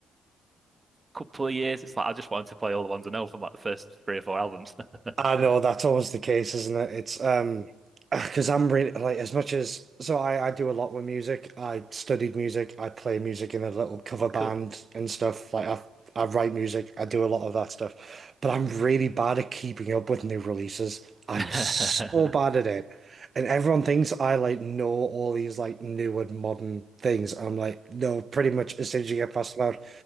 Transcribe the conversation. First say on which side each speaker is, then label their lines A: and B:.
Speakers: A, on the right; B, on the right.
A: couple of years. It's like I just wanted to play all the ones I know from like the first three or four albums. <laughs>
B: I know that's always the case, isn't it? It's um <sighs> Because I'm really like as much as so I I do a lot with music. I studied music. I play music in a little cover
A: Oh,
B: band
A: cool.
B: and stuff. Like I I write music. I do a lot of that stuff. But I'm really bad at keeping up with new releases. I'm
A: <laughs>
B: so bad at it. And everyone thinks I like know all these like new and modern things. I'm like, no, pretty much as soon as you get past about